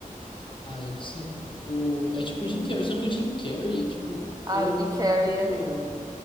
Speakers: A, on the left; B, on the right.
A: ah, ele sim. O, é tipo o Jim Carrey, só que o Jim Carrey, tipo,
B: Ah,
A: eu,
B: o Jim
A: eu
B: Carrey
A: fico um pouco
B: é legal.